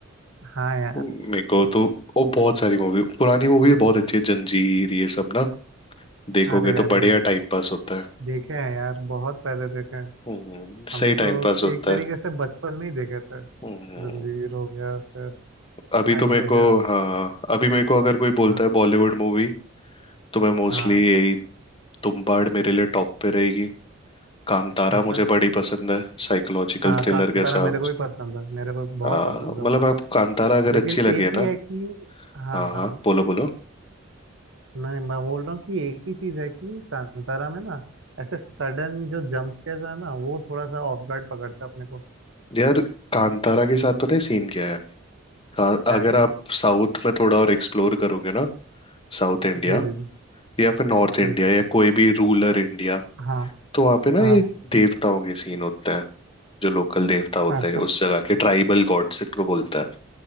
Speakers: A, on the right; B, on the left.
A: हाँ यार
B: मेरे को तो वो बहुत सारी मूवी पुरानी मूवी बहुत अच्छी है जंजीर ये सब ना देखोगे
A: अरे
B: तो
A: अरे
B: बढ़िया टाइम पास होता है
A: देखे हैं यार बहुत पहले देखे हैं
B: हम्म
A: हम
B: सही टाइम
A: तो
B: पास होता
A: एक तरीके
B: है
A: से बचपन में ही देखे थे
B: हम्म
A: जंजीर हो गया फिर
B: अभी
A: अ,
B: तो
A: ये
B: मेरे
A: हो गया
B: को हाँ अभी मेरे को अगर कोई बोलता
A: हाँ
B: है बॉलीवुड मूवी तो मैं मोस्टली
A: हाँ
B: यही तुम्बाड़ मेरे लिए टॉप पे रहेगी कांतारा
A: अच्छा
B: मुझे बड़ी पसंद है साइकोलॉजिकल
A: हाँ
B: थ्रिलर
A: कांतारा
B: के हिसाब
A: मेरे को
B: से।
A: भी पसंद है मेरे को भी बहुत
B: हाँ
A: पसंद है
B: मतलब
A: वो
B: आप कांतारा अगर
A: लेकिन
B: अच्छी लगे
A: एक ही
B: ना
A: है कि हाँ
B: हाँ हाँ
A: हाँ
B: बोलो बोलो
A: मैं मैं बोल रहा हूँ कि एक ही चीज है कि कांतारा में ना ऐसे सडन जो जंप स्केयर है ना वो थोड़ा सा ऑफ गार्ड पकड़ता है अपने को
B: यार कांतारा के साथ पता है सीन क्या है का-
A: क्या
B: अगर
A: क्या
B: आप साउथ में थोड़ा और एक्सप्लोर करोगे ना साउथ इंडिया
A: जी जी जी
B: या फिर नॉर्थ इंडिया
A: जी
B: या कोई भी रूरल इंडिया
A: हाँ
B: तो वहाँ पे ना
A: हाँ
B: ये देवताओं के सीन होते हैं जो लोकल देवता होते
A: अच्छा
B: हैं उस जगह के ट्राइबल गॉड्स इनको बोलते हैं